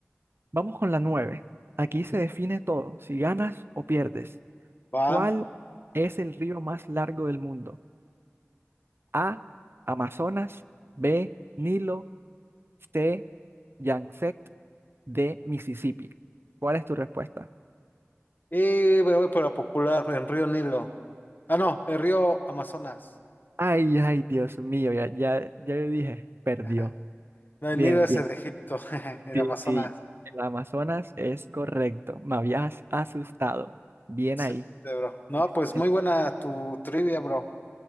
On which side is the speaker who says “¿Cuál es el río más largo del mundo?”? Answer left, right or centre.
Right